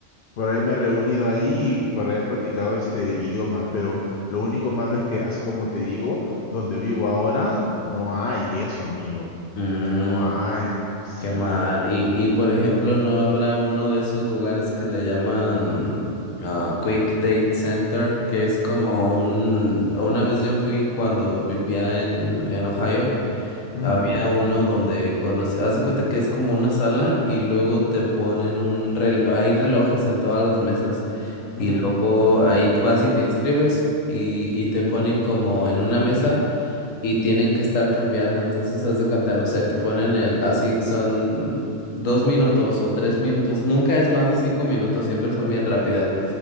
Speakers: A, on the left; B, on the left.
A: por ahí me he reunido ahí y por ahí he practicado este idioma, pero lo único malo es que, así como te digo, donde vivo ahora, no hay eso, amigo.
B: Mm,
A: No hay. Sí.
B: qué mal. Y, y por ejemplo, ¿no habrá uno de esos lugares que le llaman ah, Quick Date Center? Que es como un... Una vez yo fui cuando vivía en, en Ohio,
A: Ujú,
B: había uno donde conocí... Haz de cuenta que es como una sala y luego te ponen un reloj... Hay relojes en todas las mesas
A: ujú.
B: y luego ahí tú vas y te inscribes y, y te ponen como en una mesa. y tienen que estar cambiando. Entonces, haz de cuenta, no sé, te ponen el, así son dos minutos o tres minutos. Nunca es más de cinco minutos, siempre son bien rápidas.